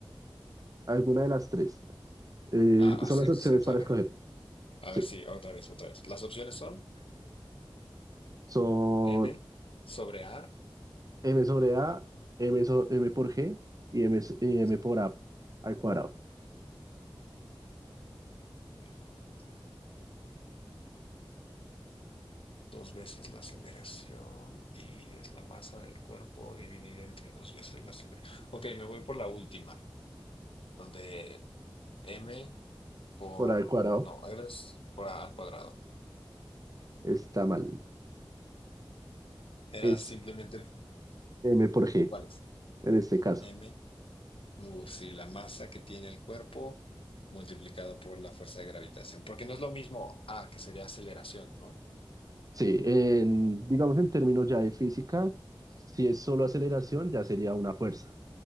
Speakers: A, on the right (about 40°); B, on the left (about 70°).
A: Alguna de las tres. Eh,
B: Ah,
A: son
B: ah, cierto,
A: las opciones
B: cierto.
A: para
B: A ver,
A: escoger.
B: a
A: Sí,
B: ver, sí, otra vez, otra vez. Las opciones son
A: son
B: m sobre a,
A: m sobre a, m, so- m por g y m, s- y m
B: m
A: por
B: por-
A: a al cuadrado.
B: M por A. dos veces la aceleración y es la masa del cuerpo dividida entre dos veces la aceleración. Ok, me voy por la última, donde m por,
A: Por a al cuadrado
B: no, r es por a al cuadrado.
A: está mal.
B: Era
A: Es
B: simplemente,
A: m por g
B: ¿cuál es?
A: en este caso.
B: m, uh, sí, la masa que tiene el cuerpo multiplicada por la fuerza de gravitación, porque no es lo mismo a, que sería aceleración, ¿no?
A: Sí, en, digamos en términos ya de física, si es solo aceleración ya sería una fuerza,